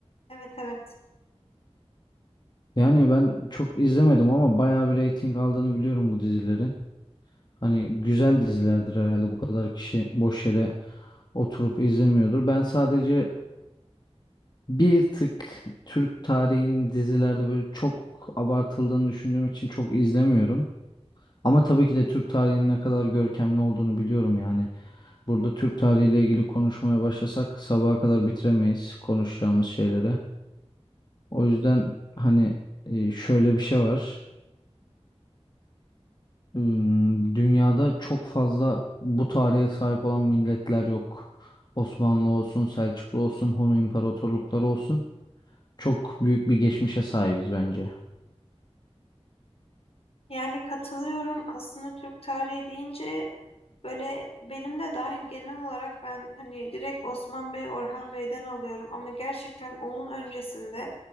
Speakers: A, on the left; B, on the left.
A: Evet evet.
B: Yani ben çok izlemedim ama bayağı bir reyting aldığını biliyorum bu dizilerin. Hani güzel dizilerdir herhalde bu kadar kişi boş yere oturup izlemiyordur. Ben sadece bir tık Türk tarihinin dizilerde böyle çok abartıldığını düşündüğüm için çok izlemiyorum. Ama tabii ki de Türk tarihinin ne kadar görkemli olduğunu biliyorum yani. Burada Türk tarihiyle ilgili konuşmaya başlasak sabaha kadar bitiremeyiz konuşacağımız şeyleri. O yüzden hani e, şöyle bir şey var. Üm, Dünyada çok fazla bu tarihe sahip olan milletler yok. Osmanlı olsun, Selçuklu olsun, Hun imparatorlukları olsun. Çok büyük bir geçmişe sahibiz bence.
A: Yani katılıyorum. Aslında Türk tarihi deyince böyle benim de dahil genel olarak ben hani direkt Osman Bey, Orhan Bey'den alıyorum ama gerçekten onun öncesinde